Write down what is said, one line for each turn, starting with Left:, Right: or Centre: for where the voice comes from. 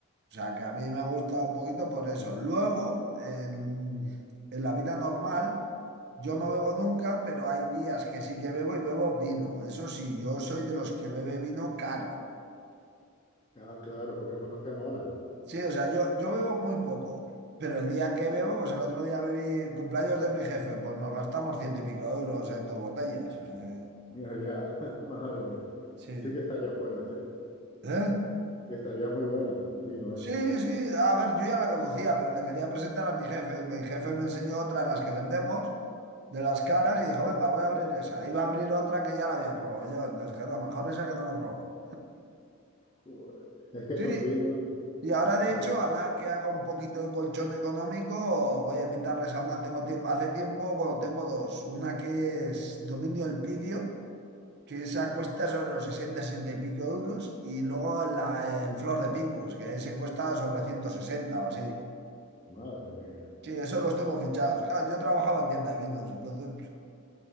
Right: O sea, que a mí me gusta un poquito por eso. Luego, en, en la vida normal, yo no bebo nunca, pero hay días que sí que bebo y bebo vino. Eso sí, yo soy de los que bebe vino caro.
Left: ah, claro, porque son los que molan.
Right: Sí, o sea, yo, yo bebo muy poco, pero el día que bebo, pues el otro día bebí cumpleaños de mi jefe, pues nos gastamos ciento y pico euros en dos botellas. O sea, que-
Left: Ya, ya, <laughs> madre mía.
Right: sí,
Left: Sí que estarían buenas, ¿eh?
Right: ¿eh?
Left: Que estaría muy buena el vino
Right: Sí,
Left: ese.
Right: sí, a ver, yo ya la conocía, pero le quería presentar a mi jefe y mi jefe me enseñó otra de las que vendemos, de las caras, y dijo, venga, voy a abrir esa. Iba a abrir otra que ya la había probado yo, entonces dije, no, mejor esa que no la probó.
Left: Joder, Es que esos
Right: Sí,
Left: vinos,
Right: y ahora de
Left: esos,
Right: hecho, a nada que haga un poquito de colchón económico, voy a invitarles a una, tengo tiempo, hace tiempo, bueno, tengo dos, una que es Dominio Elpidio, que esa cuesta sobre los 60, 60 y pico euros, y luego la- el Flor de Pingus, que ese cuesta sobre 160 o así.
Left: madre mía.
Right: Sí, eso los tengo fichados. Claro, yo trabajaba en tienda de vinos, entonces, pues,